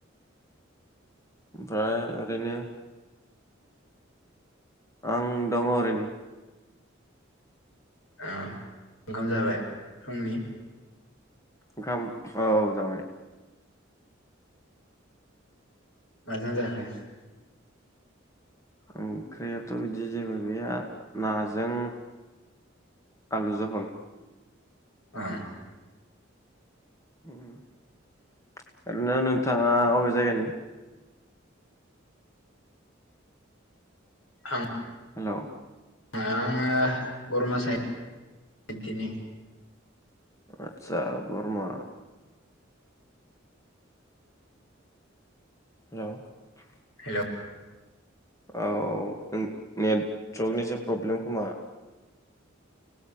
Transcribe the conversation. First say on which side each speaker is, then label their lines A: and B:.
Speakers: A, on the left; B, on the left.
A: ओमफाय ओरैनो आं दङ ओरैनो
B: ओ ओंखाम जाबाय फुंनि?
A: ओंखाम औ औ जाबाय
B: माजों जाखो?
A: ओंख्रियाथ' बिदि जेबो गैया नाजों आलु जहल
B: अह
A: उम ओरैनो नोंथाङा अबे जायगानि?
B: आं
A: हेल'
B: आङो बरमा साइदनि
A: आदसा बरमा <inaudible>
B: हेल'
A: औ नों नेटवर्कनिसो प्रब्लेम खोमा